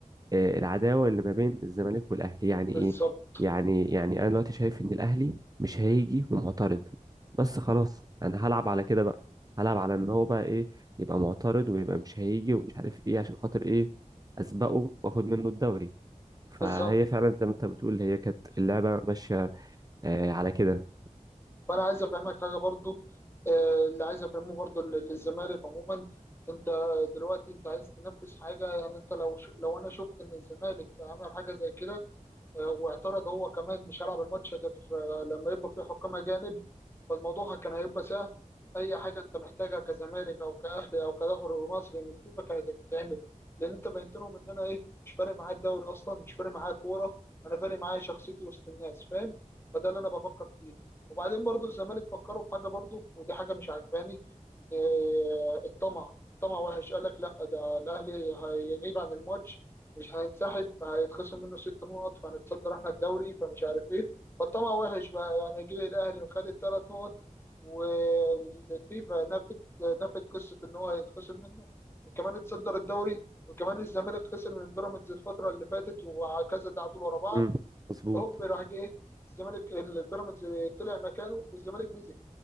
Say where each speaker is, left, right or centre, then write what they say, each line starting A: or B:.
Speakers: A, on the right (about 30°); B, on the left (about 20°).
A: آه، العداوه اللي ما بين الزمالك والاهلي يعني
B: بالظبط
A: ايه يعني يعني انا دلوقتي شايف ان الاهلي مش هيجي ومعترض بس خلاص انا هلعب على كده بقى هلعب على
B: مم.
A: ان هو بقى ايه يبقى معترض ويبقى مش هيجي ومش عارف ايه عشان خاطر ايه اسبقه واخد منه الدوري فهي
B: بالظبط
A: فعلا زي ما انت بتقول هي كانت اللعبه ماشيه آه، على كده
B: فأنا عايز أفهمك حاجة برضو آه، اللي عايز أفهمه برضو لل- للزمالك عموما أنت دلوقتي أنت عايز تنفذ حاجة يعني أنت لو ش... لو أنا شفت إن الزمالك عمل حاجة زي كده آه، واعترض هو كمان مش هلعب الماتش غير آه، لما يبقى فيه حكام أجانب فالموضوع كان هيبقى سهل أي حاجة أنت محتاجها كزمالك أو كأهلي أو كدوري مصري من فيفا كانت هتتعمل لأن أنت بينتنهم إن أنا إيه مش فارق معايا الدوري أصلا مش فارق معايا كورة أنا فارق معايا شخصيتي وسط الناس فاهم فده اللي أنا بفكر فيه وبعدين برضو الزمالك فكروا في حاجة برضو ودي حاجة مش عجباني إن آه، الطمع الطمع وحش قال لك لا ده الأهلي هيغيب عن الماتش مش هينسحب هيتخصم منه ست نقط فهنتصدر احنا الدوري فمش عارف ايه فالطمع وحش بقى يعني جه الاهلي وخد الثلاث نقط والفيفا نفت نفت قصه ان هو هيتخصم منه وكمان اتصدر الدوري وكمان الزمالك خسر من بيراميدز الفتره اللي فاتت وكذا تعادل ورا بعض
A: مم، مظبوط
B: هوب راح جه الزمالك البيراميدز طلع مكانه والزمالك نزل